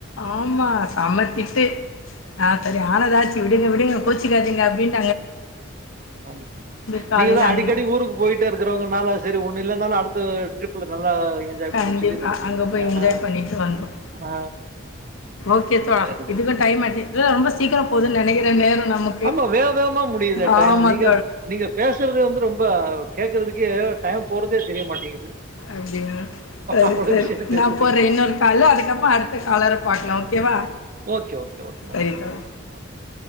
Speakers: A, on the left (about 80°); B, on the right (about 40°).
A: ஆமா செமத்திட்டு ஆ சரி ஆனதாச்சு விடுங்க விடுங்க கோச்சிக்காதீங்க அப்பிடின்னு
B: ஆமா
A: இந்த காலையில்
B: நீங்க தான்
A: அங்கே
B: அடிக்கடி ஊருக்கு போயிட்டே இருக்கிறவங்கனால சரி ஒண்ணு இல்லைனாலும் அடுத் த ட்ரிப் நல்லா என்ஜாய்
A: கண்டிப்பா
B: பண்ணுவோம் சொல்லி நெனச்சுட்டு
A: அங்க
B: இருக்கீங்க.
A: போய் என்ஜாய்
B: ஆ
A: பண்ணிட்டு வந்தோம்
B: ஆ
A: ஓகே தோழா
B: சரி சரி.
A: இதுக்கும் டைம் ஆயிருச்சு ரொம்ப சீக்கிரம் போது நினைக்கிற நேரம் நமக்கு
B: ஆமா வேக வேகமா முடியுதே
A: ஆமாம்
B: டைம் நீங்க நீங்க பேசுறது வந்து ரொம்ப கேட்கறதுக்கே டைம் போறதே தெரிய மாட்டேங்குது.
A: அப்டியா சரி
B: அவ்ளோ
A: சரி
B: விஷயம் பேசுறீங்க.
A: நான் போறேன் இன்னொரு கால் அதுக்கப்புறம் அடுத்த காலரை பார்க்கலாம் ஓகேவா
B: ஓகே ஓகே ஓகே மேடம்
A: சரி
B: ஓகே
A: தோழி
B: மேட